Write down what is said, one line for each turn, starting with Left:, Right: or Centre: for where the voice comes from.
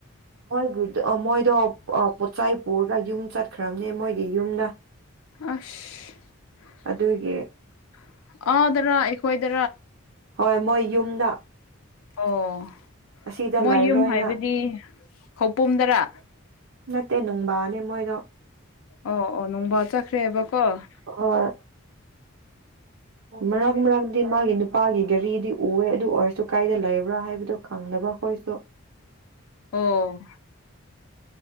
Right: ꯃꯣꯏꯒꯤ ꯃꯣꯏꯗꯣ ꯄꯣꯠꯆꯥꯏ ꯄꯨꯔꯒ ꯌꯨꯝ ꯆꯠꯈ꯭ꯔꯕꯅꯦ ꯃꯣꯏꯒꯤ ꯌꯨꯝꯗ
Left: ꯑꯁ
Right: ꯑꯗꯨꯒꯤ
Left: ꯑꯗꯔꯥ ꯑꯩꯈꯣꯏ <unintelligible>
Right: ꯍꯣꯏ ꯃꯣꯏ ꯌꯨꯝꯗ
Left: ꯑꯣ ꯑꯣ
Right: ꯑꯁꯤꯗ
Left: ꯃꯣꯏ
Right: ꯂꯩꯔꯣꯏꯅ
Left: ꯌꯨꯝ ꯍꯥꯏꯕꯗꯤ ꯈꯧꯄꯣꯗꯔꯥ
Right: ꯇꯦꯟ ꯅꯨꯡꯕꯥꯅꯤ ꯃꯣꯏꯗꯣ
Left: ꯑꯣ ꯑꯣ ꯅꯨꯡꯕꯥ ꯆꯠꯈ꯭ꯔꯦꯕꯀꯣ <unintelligible>
Right: ꯍꯣꯏ ꯃꯔꯛ ꯃꯔꯛꯛꯇ ꯃꯥꯒꯤ ꯅꯨꯄꯥꯒꯤ ꯒꯥꯔꯤꯗꯤ ꯎꯑꯦ ꯑꯗꯨ ꯑꯣꯏꯔꯁꯨ ꯀꯥꯏꯗ ꯂꯩꯕ꯭ꯔꯥ ꯍꯥꯏꯕꯗꯣ ꯈꯪꯗꯕ ꯑꯩꯈꯣꯏꯁꯨ
Left: ꯑꯣ